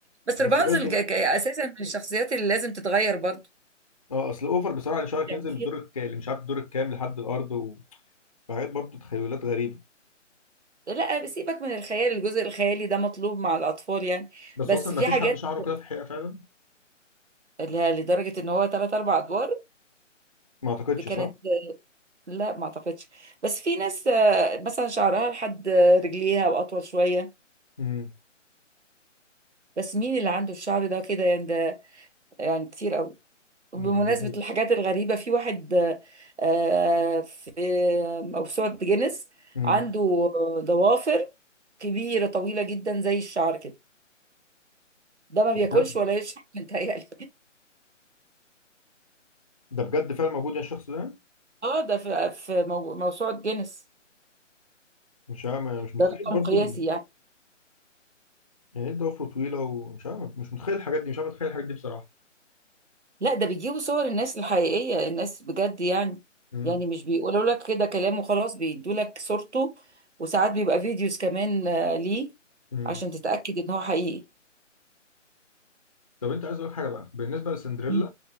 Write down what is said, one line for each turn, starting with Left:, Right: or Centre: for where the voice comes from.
Right: بس
Left: بس
Right: رابنزل
Left: برضه
Right: ج- ك- أساسا من الشخصيات اللي لازم تتغير برضو
Left: اه اصل اوفر بصراحه ان شعرك
Right: يعني
Left: ينزل من الدور الك- اللي مش عارف الدور الكام لحد الارض فحاجات برضه تخيلات غريبة
Right: لا سيبك من الخيال الجزء الخيالي ده مطلوب مع الأطفال يعني
Left: بس
Right: بس
Left: اصلا ما
Right: في
Left: فيش
Right: حاجات
Left: حد شعره كده في الحقيقه فعلا
Right: لا لدرجة ان هو تلات أربع أدوار
Left: ما اعتقدش
Right: دي كانت
Left: صح؟
Right: لا ما أعتقدش بس في ناس آه، مثلا شعرها لحد رجليها وأطول شوية
Left: امم
Right: بس مين اللي عنده الشعر ده كده يعني ده يعني كتير قوي بمناسبة
Left: امم دي حقيقه
Right: الحاجات الغريبة في واحد آه، في موسوعة جينيس
Left: امم
Right: عنده ضوافر كبيرة طويلة جدا زي الشعر كده ده ما بياكلش
Left: ده بجد
Right: ولا يشرب متهيألي
Left: ده بجد فعلا موجود يا الشخص ده
Right: اه ده في في مو- موسوعة جينيس
Left: مش عارف مش متخيل
Right: ده رقم
Left: برضه
Right: قياسي
Left: ال...
Right: يعني
Left: يعني ايه ضفره طويلة ومش عارف مش متخيل الحاجات دي مش عارف اتخيل الحاجات دي بصراحة
Right: لا ده بيجيبوا صور الناس الحقيقية الناس بجد يعني
Left: امم
Right: يعني مش بيقولوا لك كده كلام وخلاص بيدوا لك صورته وساعات بيبقى فيديوز كمان آه، ليه
Left: امم
Right: عشان تتأكد ان هو حقيقي
Left: طب انت عايز اقول حاجه بقى بالنسبه لسندريلا
Right: مم.